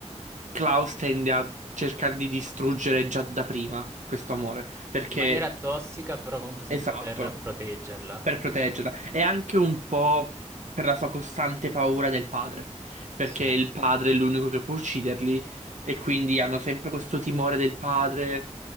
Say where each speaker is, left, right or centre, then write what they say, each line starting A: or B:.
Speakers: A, on the right; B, on the right.
A: Klaus tende a cercare di distruggere già da prima questo amore. Perché,
B: In maniera tossica, però comunque sempre
A: esatto
B: per proteggerla.
A: per proteggerla e anche un po' per la sua costante paura del padre, perché
B: Sì,
A: il padre è l'unico che può ucciderli e quindi hanno sempre questo timore del padre